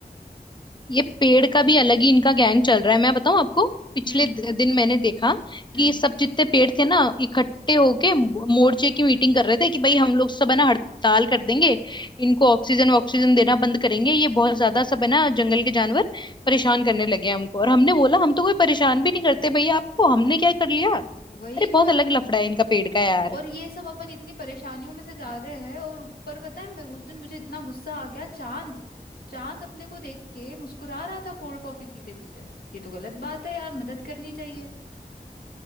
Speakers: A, on the left; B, on the left.
A: ये पेड़ का भी अलग ही इनका गैंग चल रहा है मैं बताऊं आपको पिछले
B: हम्म
A: दि- दिन मैंने देखा
B: हम्म
A: कि ये सब जितने पेड़ थे ना इकट्ठे होके मो- मोर्चे की मीटिंग कर रहे थे कि भाई हम लोग सब है ना हड़ताल कर देंगे इनको ऑक्सीजन ऑक्सीजन देना बंद करेंगे ये बहुत ज्यादा सब है ना जंगल के जानवर परेशान
B: हाँ।
A: करने लगे हैं हमको और हमने बोला हम तो कोई परेशान भी नहीं करते भैया आपको हमने क्या कर लिया अरे
B: वही तो
A: बहुत
B: मैं
A: अलग
B: बता
A: लफड़ा है इनका पेड़ का यार
B: और ये सब अपन इतनी परेशानियों में से जा रहे हैं और ऊपर पता है मैं उस दिन मुझे इतना गुस्सा आ गया चांद चांद अपने को देख के मुस्कुरा रहा था कोल्ड कॉफी पीते पीते ये तो गलत बात है यार मदद करनी चाहिए